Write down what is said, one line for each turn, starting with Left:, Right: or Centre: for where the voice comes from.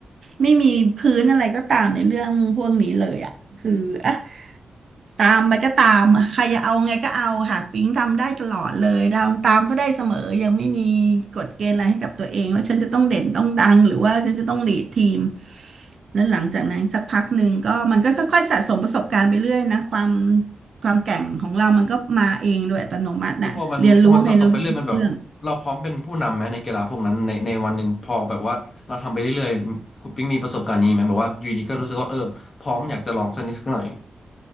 Right: ไม่มีพื้นอะไรก็ตามในเรื่องพวกนี้เลยอ่ะคืออ่ะตามไปก็ตามอะใครจะเอาไงก็เอาค่ะปิ๊งทำได้ตลอดเลยเราตามเขาได้เสมอยังไม่มีกฎเกณฑ์อะไรให้กับตัวเองว่าฉันจะต้องเด่นต้องดังหรือว่าฉันจะต้องลีดทีมแล้วหลังจากนั้นสักพักหนึ่งก็มันก็ค่อยๆสะสมประสบการณ์ไปเรื่อยนะความ ความแกร่งของเรามันก็มาเองโดยอัตโนมัติน่ะเรียนรู้ในรู้เรื่อง
Left: คือพอมันพอมันสะสมไปเรื่อยมันแบบเราพร้อมเป็นผู้นำไหมในกีฬาพวกนั้นในในวันหนึ่งพอแบบว่าเราทำไปเรื่อยๆคุณปิ๊งมีประสบการณ์นี้ไหมแบบว่าอยู่ดีก็รู้สึกว่าเออพร้อมอยากจะลองสักนิดสักหน่อย